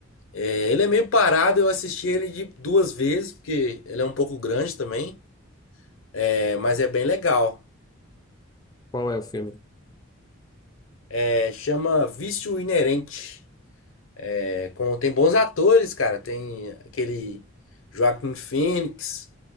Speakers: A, on the left (about 70°); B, on the left (about 20°).
A: É, ele é meio parado, eu assisti ele de duas vezes, porque ele é um pouco grande também, é, mas é bem legal.
B: Qual é o filme?
A: É, chama Vício Inerente. É, com- tem bons atores, cara. Tem aquele Joaquin Phoenix,